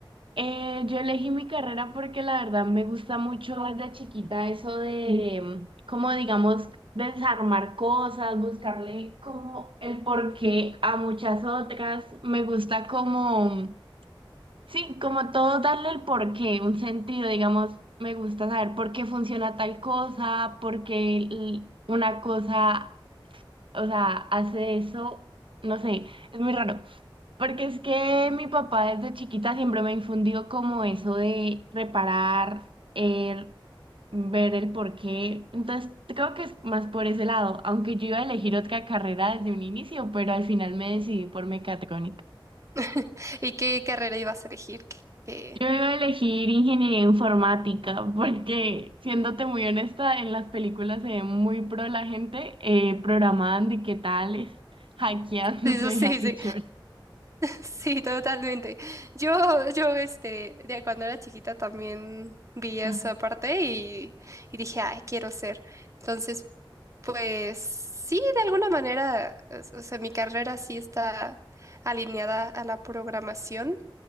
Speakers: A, on the right; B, on the right.
A: Eh, yo elegí mi carrera porque la verdad me gusta mucho desde chiquita eso de, mm, como digamos, desarmar cosas, buscarle como el porqué a muchas otras. Me gusta como, mm, sí, como todo darle el porqué, un sentido, digamos, me gusta saber por qué funciona tal cosa, por qué l- una cosa o sea, hace eso, no sé, es muy raro. Porque es que mi papá desde chiquita siempre me infundió como eso de reparar, el- ver el porqué. Entonces creo que es más por ese lado, aunque yo iba a elegir otra carrera desde un inicio, pero al final me decidí por mecatrónica.
B: <laughs> ¿Y qué carrera ibas a elegir? ¿Qué- qué-
A: Yo iba a elegir ingeniería informática <laughs> porque, siéndote muy honesta, en las películas se ve muy pro la gente eh, programando y qué tales, hackeando,
B: Sí,
A: <laughs> se veía
B: sí,
A: mucho.
B: sí. Sí, totalmente. Yo, yo, este, de cuando era chiquita también vi esa
A: Ajá,
B: parte y, y dije, ay, quiero ser. Entonces, pues sí, de alguna manera, o o sea, mi carrera sí está alineada a la programación,